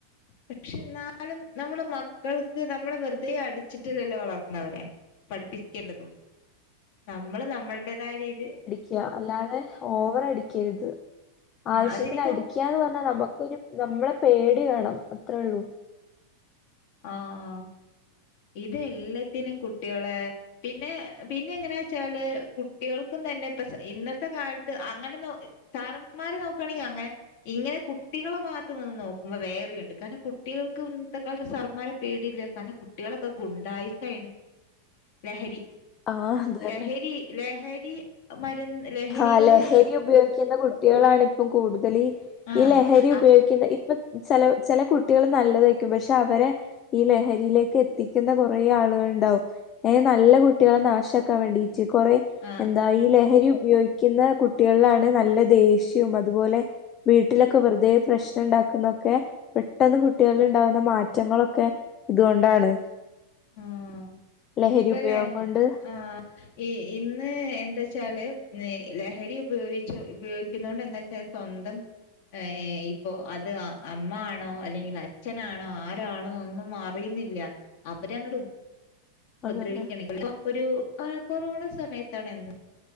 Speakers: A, on the left (about 50°); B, on the left (about 30°).
A: പക്ഷെ ന്നാലും നമ്മള് മക്കൾക്ക് നമ്മള് വെറുതെ അടിച്ചിട്ടില്ലല്ലോ വളർത്തുന്നവരെ പഠിപ്പിക്കേണ്ടതും നമ്മൾ നമ്മളടേതായ രീതി
B: ക്യാ അല്ലാതെ ഓവർ അടിക്കരുത് ആവശ്യത്തിന്
A: അതിനിപ്പം
B: അടിക് ടിക്കാന്ന് പറഞ്ഞാ നമുക്കരു നമ്മളെ പേടി വേണം അത്രേ ഒള്ളൂ
A: ആഹ് ഇത് എല്ലത്തിനും കുട്ടിയാള് പിന്നെ പിന്നെ എങ്ങനാ വെച്ചാല് കുട്ടികൾക്കും തന്നെ ഇപ്പ ഇന്നത്തെ കാലത്ത് അങ്ങനൊന്നു സാറന്മാരെ നോക്കണെങ്കി അങ്ങെ ഇങ്ങനെ കുട്ടികളെ ഭാഗത്ത് നിന്ന് നോക്കുമ്പോ വേറെയുണ്ട് കാരണം കുട്ടികൾക്ക് ഇന്നത്തെ കാലത്ത് സർപ് മാരെ പേടില്ലേ കാരണം കുട്ടികളൊക്കെ ഗുണ്ടായുസായിണ് ലഹരി
B: ആഹ് അത് തന്നെ
A: ലഹരി ലഹരി മരുന്ന് ലഹരികള്
B: ആഹ് ലഹരി ഉപയോഗിക്കുന്ന കുട്ടിയാളാണ് ഇപ്പം കൂടുതൽ
A: ആ
B: ഈ ലഹരി
A: ആ
B: ഉപയോക്കുന്ന ഇപ്പ ചെല ചെല കുട്ടിയോൾ നല്ലതായിരിക്കും പക്ഷെ അവരെ ഈ ലഹരിലേക്ക് എത്തിക്കുന്ന കൊറേ ആളുകണ്ടാവും എ നല്ല കുട്ടികളെ നാശാക്കാൻ വേണ്ടീട്ട് കൊറെ
A: ആ
B: എന്താ ഈ ലഹരി ഉപയോഗിക്കുന്ന കുട്ടികളിലാണ് നല്ല ദേഷ്യവും അതുപോലെ വീട്ടിലൊക്കെ വെറുതെ പ്രശ്നാണ്ടാക്കുന്നൊക്കെ പെട്ടെന്ന് കുട്ടികളിൽ ഇണ്ടാവുന്ന മാറ്റങ്ങളൊക്കെ ഇതുകൊണ്ടാണ്
A: ആഹ്
B: ലഹരി
A: ഇപ്പല്ലേ
B: ഉപയോഗം കൊണ്ട്
A: ആഹ് ഈ ഇന്ന് എന്താച്ചാല് ലഹരി ഉപയോഗിച്ച ഉപയോഗിക്കുന്നൊണ്ട് എന്താച്ചാൽ സ്വന്തം ഏ ഇപ്പോ അത് അമ്മ ആണോ അല്ലെങ്കിൽ അച്ഛനാണോ ആരാണോെന്നൊന്നും മാർ അറിയുന്നില്ല ഇവരങ്ങട് ഉപദ്രവിക്കണ്
B: അതന്നെ
A: ഒരു കൊറോണ സമയത്താണ് എന്ത്